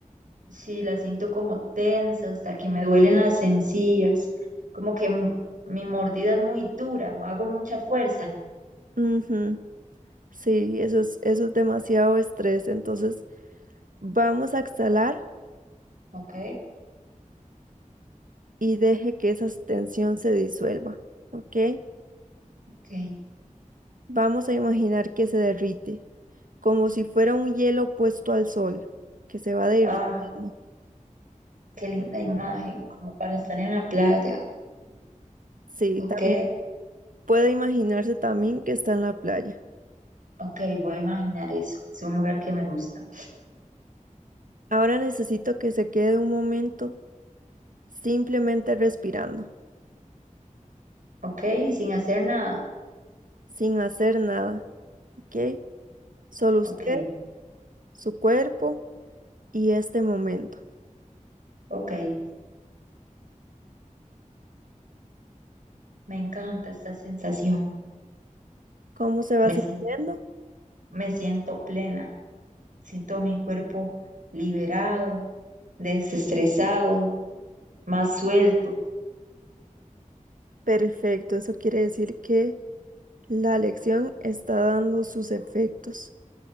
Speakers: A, on the right (about 75°); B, on the right (about 80°).
A: Sí, las siento como tensas, hasta que me duelen las encías, como que m- mi mordida es muy dura, me hago mucha fuerza.
B: Ujú, Sí, eso es, eso es demasiado estrés. Entonces, vamos a exhalar
A: Ok,
B: y deje que esa tensión se disuelva, ¿ok?
A: ok.
B: Vamos a imaginar que se derrite, como si fuera un hielo puesto al sol, que se va derritiendo.
A: Ah, qué linda imagen, como para estar en la playa.
B: Sí,
A: Ok,
B: también puede imaginarse también que está en la playa.
A: ok, voy a imaginar eso. Es un lugar que me gusta.
B: Ahora necesito que se quede un momento simplemente respirando,
A: Ok, y sin hacer nada.
B: sin hacer nada, ¿ok? Solo
A: Ok,
B: usted, su cuerpo y este momento.
A: ok. Me encanta esta sensación.
B: ¿Cómo se va
A: Me,
B: sintiendo?
A: sien- me siento plena. Siento mi cuerpo liberado, desestresado. más suelto.
B: Perfecto, eso quiere decir que la lección está dando sus efectos.